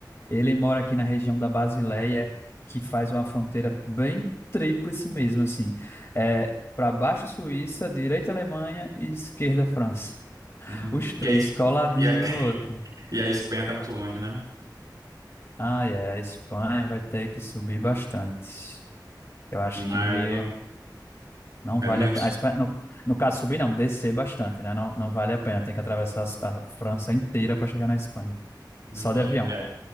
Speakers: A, on the left; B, on the right.
A: Ele mora aqui na região da Basileia, que faz uma fronteira bem tríplice mesmo, assim. É, para baixo Suíça, direita Alemanha e esquerda França.
B: Hum,
A: Os três
B: e a, Es-
A: coladinhos
B: e a,
A: um
B: <laughs>
A: no outro.
B: e a Espanha tá muito longe, né?
A: Ah, é, a Espanha vai ter que subir bastante. Eu acho
B: Mais
A: que
B: um,
A: não
B: mas
A: vale
B: mesmo
A: a pena.
B: se,
A: A Espanha, no, no caso, subir não, descer bastante, né? Não, não vale a pena. Tem que atravessar a França inteira para chegar na Espanha.
B: Vixe.
A: Só de avião.
B: é,